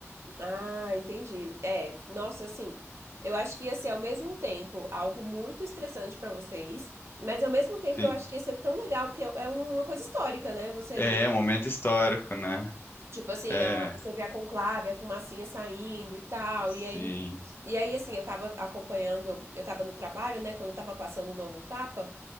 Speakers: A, on the right (about 60°); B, on the left (about 45°).
A: Ah, entendi. É, nossa, assim, eu acho que ia ser ao mesmo tempo algo muito estressante pra vocês, mas ao mesmo tempo
B: Sim.
A: eu acho que ia ser tão legal, porque é uma coisa histórica, né? Você
B: É
A: vê,
B: um momento histórico, né?
A: tipo assim,
B: É,
A: a- você vê a conclave, a fumacinha saindo e tal,
B: sim.
A: e aí, e aí, assim, eu tava acompanhando, eu tava no trabalho, né, quando tava passando o novo Papa,